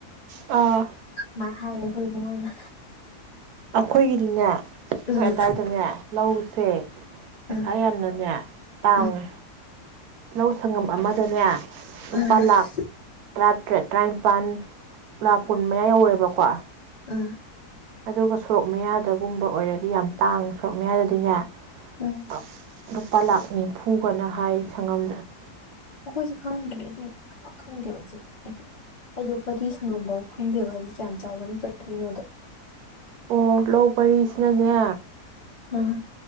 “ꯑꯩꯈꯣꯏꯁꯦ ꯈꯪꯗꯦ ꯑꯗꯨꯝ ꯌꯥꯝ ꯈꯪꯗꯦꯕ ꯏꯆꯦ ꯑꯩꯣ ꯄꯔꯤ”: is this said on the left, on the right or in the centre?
Left